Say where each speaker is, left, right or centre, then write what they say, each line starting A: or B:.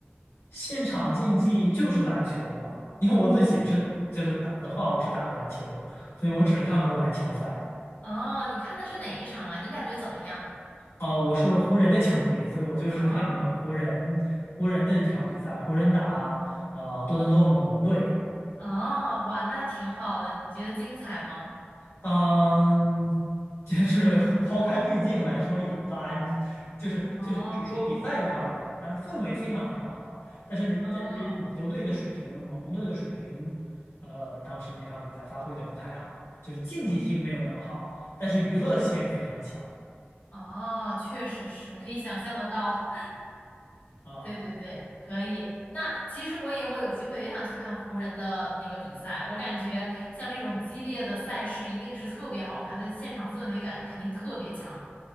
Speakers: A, on the left (about 85°); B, on the left (about 40°).
A: 现场竞技就是篮球了，因为我自己只就是打的话，我只打篮球，所以我只看过篮球赛。
B: 啊，你看的是哪一场啊？你感觉怎么样？
A: 哦，我是湖人的球迷，所以我就是看的湖人湖人的一场比赛，
B: 啊
A: 湖人打啊、呃多伦多猛龙队。
B: 啊，哇，那挺好的，你觉得精彩吗？
A: 嗯，就是 <laughs> 抛开滤镜来说，一般，就是就是只说比赛的话一般，
B: 哦，
A: 但是氛围非常非常好，但是那但是球队的水平，
B: 嗯
A: 猛龙队的水平，呃，当时那场比赛发挥的不太好，就是竞技性没有那么好，
B: 哦，
A: 但是娱乐性非常强
B: 嗯哦，确实是可以想象得到。
A: 啊。
B: 对对对，可以。那其实我以后有机会也想去看湖人的那个比赛，我感觉像这种激烈的赛事一定是特别好看，在现场氛围感肯定特别强